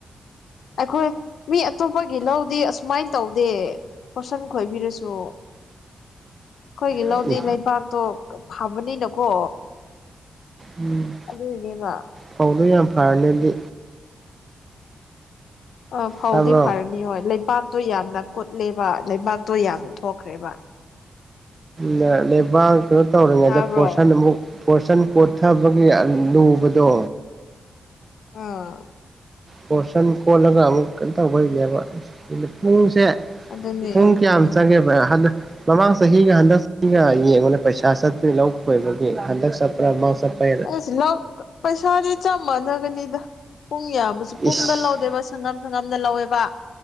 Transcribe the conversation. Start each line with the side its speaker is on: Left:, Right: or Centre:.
Left: ꯑꯩꯈꯣꯏ ꯃꯤ ꯑꯇꯣꯞꯄꯒꯤ ꯂꯧꯗꯤ ꯑꯁꯨꯃꯥꯏꯅ ꯇꯧꯗꯦ ꯍꯣꯔꯁꯟ ꯈꯣꯏꯕꯤꯔꯁꯨ ꯑꯩꯈꯣꯏꯒꯤ ꯂꯧꯗꯤ
Right: ꯑꯦ
Left: ꯂꯩꯕꯥꯛꯇꯣ ꯐꯕꯅꯤꯅꯀꯣ
Right: ꯎꯝ
Left: ꯑꯗꯨꯏꯅꯦꯕ
Right: ꯐꯧꯗꯣ ꯌꯥꯝ ꯐꯔꯅꯦꯗꯤ
Left: ꯑꯥ ꯐꯧꯗꯤ
Right: ꯇꯥꯕ꯭ꯔꯣ
Left: ꯐꯔꯅꯤ ꯍꯣꯏ ꯂꯩꯕꯥꯛꯇꯣ ꯌꯥꯝꯅ ꯀꯨꯠꯂꯦꯕ ꯂꯩꯕꯥꯛꯇꯣ ꯌꯥꯝꯅ ꯊꯣꯛꯈ꯭ꯔꯦꯕ
Right: ꯂꯩꯦꯕꯥꯛ ꯀꯩꯅꯣ ꯇꯧꯔꯤꯉꯩꯗ
Left: ꯇꯥꯕ꯭ꯔꯣ
Right: ꯄꯣꯔꯁꯟ ꯑꯃꯨꯛ ꯀꯁꯟ ꯀꯣꯊꯕꯒꯤ ꯂꯨꯕꯗꯣ
Left: ꯑꯥ
Right: ꯄꯣꯔꯁꯟ ꯀꯣꯜꯂꯒ ꯑꯃꯨꯛ ꯀꯩꯅꯣ ꯇꯧꯕꯩꯅꯦꯕ ꯄꯨꯡꯁꯦ
Left: ꯑꯗꯨꯅꯦ
Right: ꯄꯨꯡ
Left: ꯑꯗꯨꯅꯦ
Right: ꯀꯌꯥ ꯆꯪꯒꯦꯕ ꯍꯜ ꯃꯃꯥꯡ ꯆꯍꯤꯒ ꯍꯟꯗꯛ ꯆꯍꯤꯒ ꯌꯦꯡꯕꯅ ꯄꯩꯁꯥ ꯆꯠꯇꯔꯤ ꯂꯧ ꯀꯣꯏꯕꯒꯤ ꯍꯟꯗꯛ ꯆꯠ ꯭ꯔꯃꯁ ꯄ
Left: ꯑꯩꯁ ꯂꯧ ꯄꯩꯁꯥꯥꯗꯤ ꯆꯞ ꯃꯥꯟꯅꯒꯅꯤꯗ ꯄꯨꯡ ꯌꯥꯝꯕꯁꯨ ꯄꯨꯡꯗ
Right: ꯏꯁ
Left: ꯂꯧꯗꯦꯕꯁꯦ ꯁꯪꯒꯝ ꯁꯪꯒꯝꯗ ꯂꯧꯋꯦꯕ